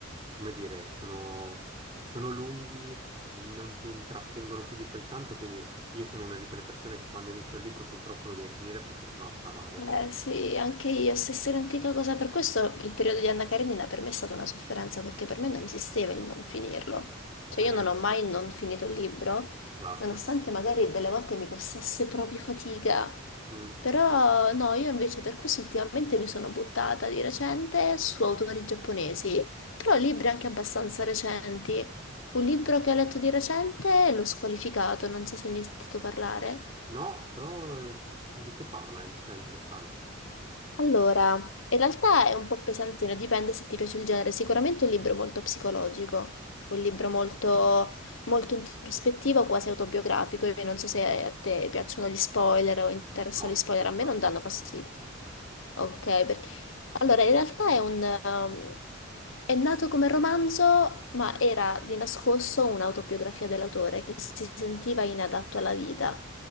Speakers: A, on the right (about 25°); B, on the left (about 70°).
A: come dire, sono, sono lunghi, non ti intrattengono più di quel tanto, quindi io sono una di quelle persone che quando inizia un libro purtroppo lo deve finire perché sennò sta male.
B: Eh, sì, anche io, stessa identica cosa. Per questo il periodo di Anna Karenina per me è stata una sofferenza, perché per me non esisteva il non finirlo. Cioè
A: Eh,
B: io non ho mai non finito un libro,
A: esatto.
B: nonostante magari delle volte mi costasse proprio fatica.
A: Mm,
B: Però
A: sì.
B: no, io invece per questo ultimamente mi sono buttata di recente su autori giapponesi, però libri anche abbastanza recenti. Un libro che ho letto di recente, L'ho squalificato, non so se ne hai sentito parlare.
A: No, però eh, di che parla? Cioè, è interessante.
B: Allora, in realtà è un po' pesantino, dipende se ti piace il genere. Sicuramente è un libro molto psicologico, un libro molto, molto introspettivo, quasi autobiografico. Io non so se a te piacciono gli spoiler o interessano
A: No,
B: gli spoiler,
A: mi
B: a
A: piace,
B: me non danno
A: mi piace.
B: fastidio. Ok,
A: Sì, sì.
B: allora, in realtà è un, um, è nato come romanzo, ma era di nascosto un'autobiografia dell'autore che si sentiva inadatto alla vita.